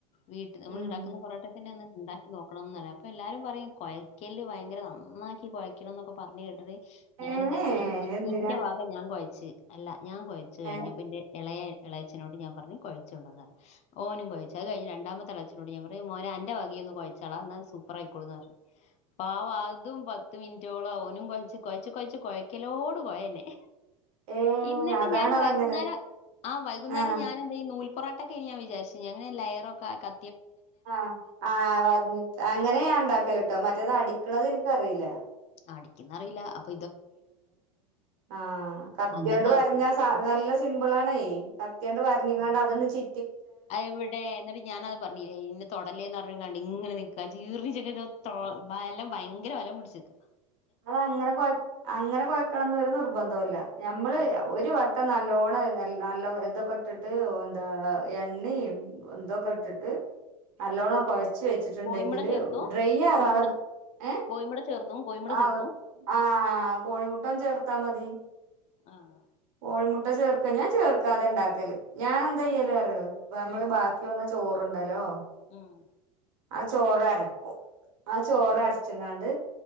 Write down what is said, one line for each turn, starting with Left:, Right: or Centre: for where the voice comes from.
Left: വീട്ടി നമ്മള്
Right: ഉം
Left: ണ്ടാക്ക്ന്ന പൊറോട്ടെകെനെന്ന് ണ്ടാക്കി നോക്കണംന്നറയാ അപ്പൊ എല്ലാരും പറയും കൊയക്കെല് വയങ്കര നന്നാക്കി കൊയക്കണംന്നൊക്കെ പറഞ്ഞ് കേട്ടിട്ട് ഞാനെന്തെയ്തിഞ്ഞാ
Right: ഏഹ്
Left: ഇ
Right: എന്തിനാ
Left: ഇന്റെ വഗ ഞാൻ കൊഴച്ച് ജ് അല്ല ഞാൻ കൊയച്ച് കഴിഞ്ഞപ്പന്റെ
Right: ഏഹ്
Left: എളയ എളയച്ചനോട് ഞാൻ പറഞ്ഞ് കൊഴച്ചോണ്ടാന്നറഞ്ഞ് ഓനും കൊഴച്ച് അത് കഴിഞ്ഞ് രണ്ടാമത്തെ എളച്ചനോട് ഞാൻ പറഞ്ഞ് മോനേ അന്റെ വകീയൊന്ന് കൊഴച്ചാള ന്നാസുഗ പ്പറായിക്കോളൂന്നറഞ്ഞ് പാവ അതും പത്ത് മിൻറ്റോളം ഓനും കൊയച്ച് കൊയച്ച് കൊയച്ച് കൊയയ്ക്കലോട് കൊയന്നേ
Right: ഏഹ്
Left: ഇന്നിട്ട്
Right: അതാണതങ്ങനെ
Left: ഞാന് വൈകുന്നേര ആ വൈകുന്നേരം
Right: ആഹ്
Left: ഞാനെന്തെയ്യും നൂൽപ് പൊറാട്ടൊക്കെയ്നി ഞാൻ വിചാരിച്ച് ങ്ങനെ ലെയറൊക്കാക്കാ
Right: ആ ആ വർഞ്ഞിട്ട് അങ്ങനേ ഞാൻ ഇണ്ടാക്കല്ട്ടോ മറ്റേത് അടിക്ക്ണത് ഇൻക്കറിയില്ല.
Left: അടിക്ക്ന്നറിയില്ലാ അപ്
Right: ആ കത്തിയോണ്ട്
Left: അങ്ങനെ ആ-
Right: വരഞ്ഞാ സ നല്ല സിമ്പിളാണേയ് കത്തിയണ്ട് വരഞ്ഞ്ങ്ങാണ്ട് അതൊന്ന് ചി
Left: അയെവിടേ ന്ട്ട് ഞാനത് പറഞ്ഞീലേ ഇന്ന തൊടലേന്നർ പർഞ്ങ്ങാണ്ടിങ്ങനെ നിക്ക ജീർണി <unintelligible> തൊ ബലം ഭയങ്കര വലം പിട്ച്ച്ക്കാ
Right: അതങ്ങനെ കൊയ അങ്ങനെ കൊയക്കണംന്നൊരു നിർബന്ധോല്ല ഞമ്മള്
Left: ഉം,
Right: ഒരു വട്ട് ട്ടം നല്ലോണം എൽ നല്ല ഇതൊക്കെ ഇട്ടിട്ട് ഓ എന്താ എണ്ണേം ഒന്തൊക്കട്ടിട്ട്
Left: ഉം,
Right: നല്ലോണം
Left: ഉം.
Right: കൊഴച്ച് വെച്ചിട്ട്ണ്ടെങ്കില്
Left: കോഴിമുട ചേർത്തു
Right: ഡ്രൈ ആകാതെ
Left: കോഴിമുട
Right: ഏഹ്
Left: കോഴിമുട ചേർത്തും കോഴിമുട
Right: ആ
Left: ചേർത്തും
Right: ഓ ആഹ് കോഴിമുട്ടം ചേർത്താ മതി
Left: ആഹ്
Right: കോഴിമുട്ട ചേർക്ക ഞാൻ ചേർക്കാതെയാ ഇണ്ടാക്കല് ഞാൻ എന്താ എയ്യല് അറിയോ ഇപ്പമ്മള്
Left: ഉം
Right: ബാക്കി വന്ന ച ചോറ്ണ്ടലോ
Left: ആഹ്
Right: ആ ചോറരക്കും ആ ചോറരച്ച്ങ്ങാണ്ട്
Left: ആഹ്